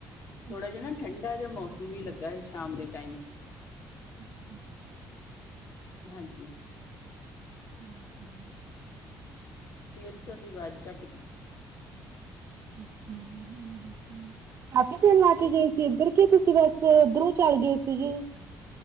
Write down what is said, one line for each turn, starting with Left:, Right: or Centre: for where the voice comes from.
Right: ਅੱਛਾ
Left: ਥੋੜਾ ਜਿ ਨਾ ਠੰਡਾ ਜਿਆ ਮੌਸਮ ਮੀਂਹ ਲੱਗਾ ਜੀ ਸ਼ਾਮ ਦੇ ਟਾਈਮ।
Right: ਅੱ <unintelligible>
Left: ਹਾਂਜੀ।
Right: ਹਂ ਹਂ
Left: ਫੇਰ ਤੁਹਾਡੀ ਆਵਾਜ਼ ਘੱਟ ਗਈ
Right: ਅੇ <unintelligible> ਕਿਉਂ ਲਾ ਕੇ ਗਏ ਸੀ ਇੱਧਰ ਤੁਸੀਂ ਤੁਸੀਂ ਬਸ ਉੱਧਰੋਂ ਚਲੇ ਗਏ ਸੀਗੇ